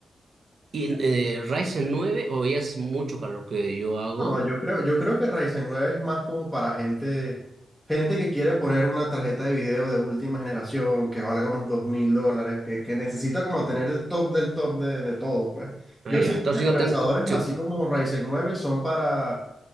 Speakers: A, on the right; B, in the centre.
A: y, en- eh, Ryzen nueve o ya es mucho para lo que yo hago?
B: No, yo creo, yo creo que Ryzen 9 es más como para gente, gente que quiere poner una tarjeta de video de última generación que valga unos dos mil dólares, que, que necesita como tener el top del top de, de todo, pues.
A: Ah,
B: Yo
A: ya.
B: siento
A: Entonces,
B: que
A: si
B: procesadores
A: no tengo... sí,
B: así como Ryzen 9 son para